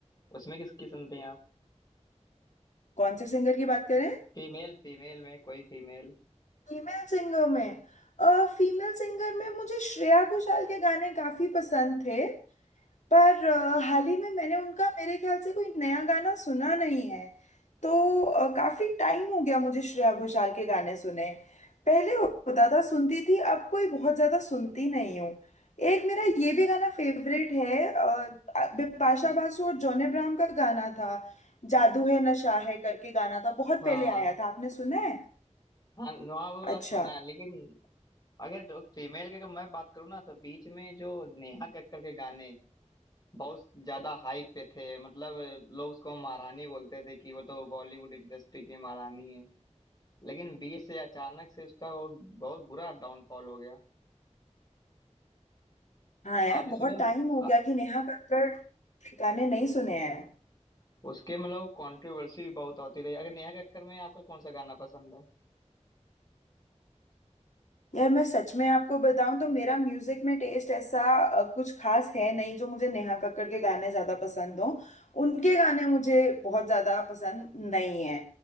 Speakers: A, on the left; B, on the left.
A: उसमें किसकी सुनते हैं आप
B: कौन से सिंगर की बात करें
A: फीमेल फीमेल में कोई फीमेल
B: फीमेल सिंगर में फीमेल सिंगर में मुझे श्रेया घोषाल के गाने काफी पसंद थे पर अ, हाल ही में मैंने उनका मेरे ख्याल से कोई नया गाना सुना नहीं है तो अ, काफी टाइम हो गया मुझे श्रेया घोषाल के गाने सुने पहले होता था सुनती थी अब कोई बहुत ज्यादा सुनती नहीं हूँ एक मेरा ये भी गाना फेवरेट है अ, बिपाशा बासु और जॉन अब्राहम का गाना था जादू है नशा है करके गाना था बहुत
A: हाँ
B: पहले आया था आपने सुना है
A: हाँ नुआ वाला
B: अच्छा
A: सुना है लेकिन अगर फीमेल की अगर मैं बात करूँ ना तो बीच में जो नेहा कक्कर के गाने बहुत ज्यादा हाइप पे थे मतलब लोग उसको महारानी बोलते थे कि वो तो बॉलीवुड इंडस्ट्री की महारानी है लेकिन बीच से अचानक से उसका बहुत बहुत बुरा डाउनफॉल हो गया
B: हाँ यार
A: आपने
B: बहुत
A: सुने
B: टाइम हो
A: आ-
B: गया कि नेहा कक्कड़ के गाने नहीं सुने हैं
A: उसके मतलब कंट्रोवर्सी भी बहुत होती रही अगर नेहा कक्कड़ में आपका कौन सा गाना पसंद है
B: यार मैं सच में आपको बताऊं तो मेरा म्यूजिक में टेस्ट ऐसा अ, कुछ खास है नहीं जो मुझे नेहा कक्कड़ के गाने ज्यादा पसंद हो उनके गाने मुझे बहुत ज्यादा पसंद नहीं है